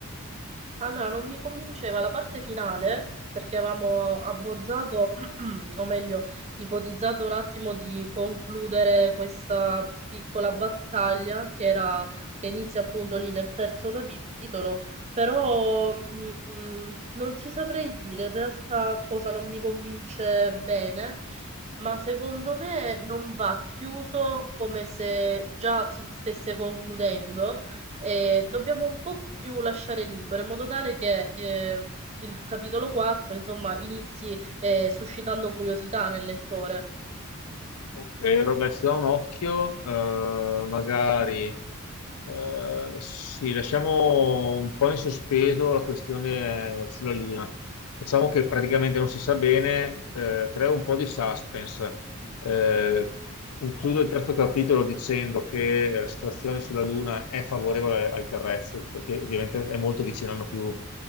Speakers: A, on the right; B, on the left.
A: Allora, non mi convinceva la parte finale perché avevamo abbozzato, <clears throat> o meglio, ipotizzato un attimo di concludere questa piccola battaglia che era, che inizia appunto lì nel terzo capitolo, però mm, mm, non ti saprei dire in realtà cosa non mi convince bene, ma secondo me non va chiuso come se già si stesse concludendo e dobbiamo un po' più lasciare libero, in modo tale che eh, il capitolo 4, insomma, inizi eh, suscitando curiosità nel lettore.
B: Ok, Eh, Roba, ci do un occhio, eh, magari eh, sì, lasciamo un po' in sospeso la questione sulla Luna. Facciamo che praticamente non si sa bene, eh, creo un po' di suspense. Eh, concludo
A: Ok.
B: il terzo capitolo dicendo che la situazione sulla Luna è favorevole ai terrestri, perché ovviamente è molto vicino, hanno più,